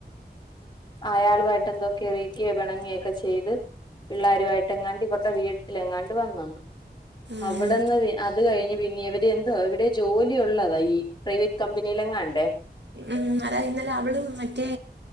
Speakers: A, on the left; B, on the right.
A: അയാളുവായിട്ട് എന്തൊക്കെ വൈറ്റെയ്‌ <unintelligible> യോ ഇണങ്ങ്യക്കെ ചെയ്തു പിള്ളേരുവായിട്ട് എങ്ങാണ്ട് ഇവര്ടെ വീട്ടിലെങ്ങാണ്ട് വന്ന് നിന്നു
B: ഉം
A: അവിടെന്ന് <unintelligible> അത് കഴിഞ്. പിന്നെ ഇവര് എന്താ ഇവിടെ ജോലി ഉള്ളതാ ഈ പ്രൈവറ്റ് കമ്പനീലെങ്ങാണ്ട്
B: ഉം അതായത് നല്ലെ അവള് മറ്റേ